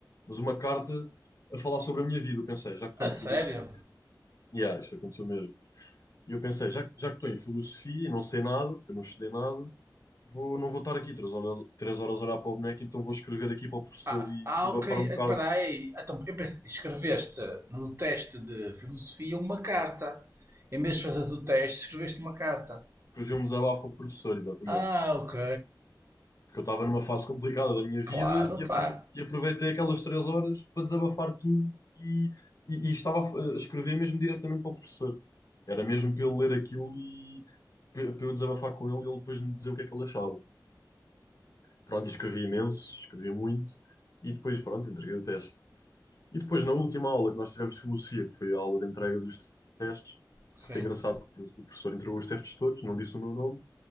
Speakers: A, on the left; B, on the right.
A: Mas uma carta a falar sobre a minha vida. Eu pensei, já que estou
B: A
A: em
B: sério?
A: filosofia, yeah, isto aconteceu mesmo. E eu pensei, já, já que estou em filosofia e não sei nada, porque eu não estudei nada, vou, não vou estar aqui três horas, três horas a olhar para o boneco, então vou escrever aqui para o professor
B: Ah,
A: e
B: ah
A: desabafar
B: ok. eh,
A: um bocado.
B: Espera aí. Então, eu pensei, escreveste no teste de filosofia uma carta. Em vez de fazeres o teste, escreveste uma carta.
A: Escrevi um desabafo ao professor, exatamente.
B: Ah, ok.
A: Porque eu estava numa fase complicada da minha vida
B: Claro,
A: e
B: pá.
A: aprove- e aproveitei aquelas três horas para desabafar tudo e, e, e estava a, f- a escrever mesmo diretamente para o professor. Era mesmo para ele ler aquilo e para para eu desabafar com ele e ele depois me dizer o que é que ele achava. Pronto, e escrevi imenso, escrevi muito e depois, pronto, entreguei o teste. E depois, na última aula que nós tivemos de filosofia, que foi a aula de entrega dos testes,
B: Sim,
A: foi engraçado que o professor entregou os testes todos, não disse o meu nome,